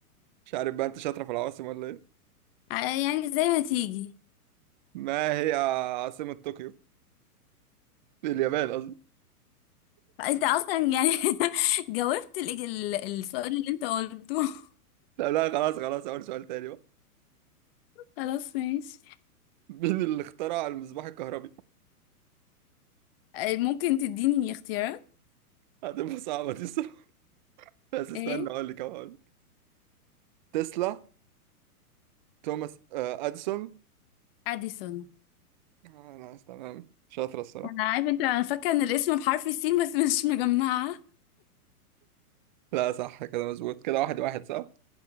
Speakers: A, on the right; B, on the left.
A: مش عارف بقى انت شاطره في العواصم ولا ايه
B: ع- يعني زي ما تيجي
A: ما هي عاصمه طوكيو اليابان قصدي
B: أنت أصلا يعني <laughs> جاوبت الإج- ال- السؤال اللي أنت قلته <laughs>
A: لا لا خلاص خلاص اول سؤال تاني بقى
B: خلاص ماشي
A: مين اللي اخترع المصباح الكهربي
B: أه، ممكن تديني اختيارات
A: هتبقى صعبة دي الصراحة بس استنى
B: إيه
A: أقول لك أهو أقول لك تسلا توماس آه أديسون
B: أديسون
A: آه لا تمام شاطرة الصراحة
B: أنا عارفة أنت أنا فاكرة إن الاسم بحرف السين بس مش مجمعة
A: لا صح كده مظبوط كده واحد واحد صح